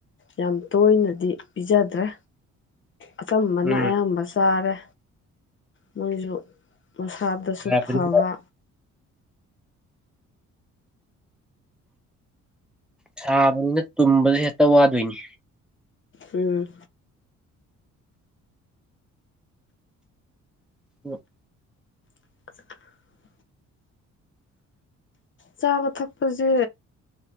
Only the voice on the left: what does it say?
ꯌꯥꯝ ꯇꯣꯏꯅꯗꯤ ꯄꯤꯖꯗ꯭ꯔꯦ ꯑꯆꯝꯕꯅ
ꯑꯌꯥꯝꯕ ꯆꯥꯔꯦ ꯃꯣꯏꯁꯨ ꯃꯁꯥꯗꯁꯨ
ꯐꯕ
ꯎꯝ
ꯑꯟꯑꯣꯗꯤꯕꯜ ꯆꯥꯕ ꯊꯛꯄꯁꯦ